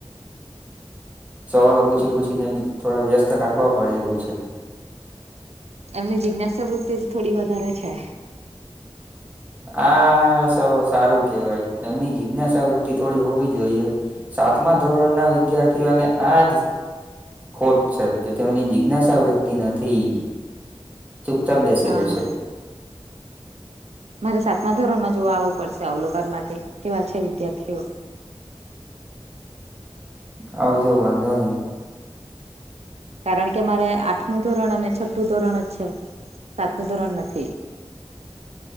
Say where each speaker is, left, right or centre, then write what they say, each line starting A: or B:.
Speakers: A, on the right; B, on the right.
A: સવાલો પૂછી પૂછી ને થોડા વ્યસ્ત રાખવા પડે એવું છે
B: એમની જિજ્ઞાસાવૃત્તિ થોડી વધારે છે
A: આ સૌ સારું કેવાય એમની જિજ્ઞાસ વૃત્તિ થોડી હોવી જોઈએ સાતમા ધોરણના વિદ્યાર્થીઓને આ જ ખોટ છે કે તેમની જિજ્ઞાસાવૃત્તિ નથીથી ચૂપચાપ બેસી
B: હા
A: રે છે
B: મારે સાતમા ધોરણમાં જોવા આવવું પડશે અવલોકન માટે કેવા છે વિદ્યાર્થીઓ
A: આવજો વાંધો નહી
B: કારણ કે મારે આઠમું ધોરણ અને છઠ્ઠું ધોરણ જ છે સાતમું ધોરણ નથી